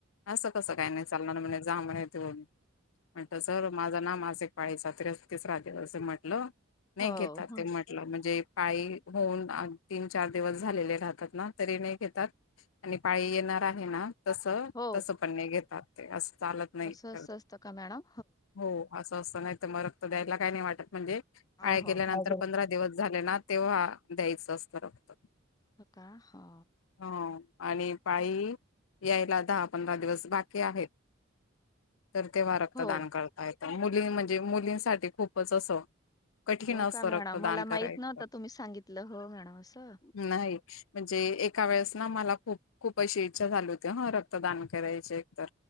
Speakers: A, on the left; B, on the left.
A: असं कसं काय नाही चालणार म्हणेज. जा म्हणले देऊन हो म्हणत सर माझं ना मासिक पाळीचा अस तेच आज तिसरा दिवस आहे. असं म्हटलं नाही
B: हो.
A: घेतात
B: हं.
A: ते म्हटलं म्हणजे. पाळी होऊन तीन-चार दिवस झालेले राहतात. ना तरी नाही घेतात. आणि पाळी ये येणार आहे ना तस
B: हो
A: पण घेतात नाही ते. चालत नाही
B: असं
A: तर.
B: असं असतं का मॅडम
A: हो असं असत. नाही तर मग रक्त द्यायला काही नाही वाटत म्हणजे. पाया
B: हो हो.
A: गेल्यानंतर
B: हो
A: पंधरा दिवस झाले ना. तेव्हा द्यायचं असतं रक्त.
B: होका हा.
A: ह आणि पाळी यायला दहा पंधरा दिवस बाकी आहेत. तर तेव्हा रक्तदान
B: हो
A: करता येतं. मुली म्हणजे. मुलींसाठी खूपच असं. कठीण
B: हो
A: असतं
B: का
A: रक्तदान
B: मॅडम. मला
A: करायचं
B: माहित नव्हत तुम्ही सांगितलं हो मॅडम असं.
A: नाही म्हणजे एका वेळेस ना मला. खूप-खूप अशी इच्छा झाली होती ह रक्तदान करायचे एकतर.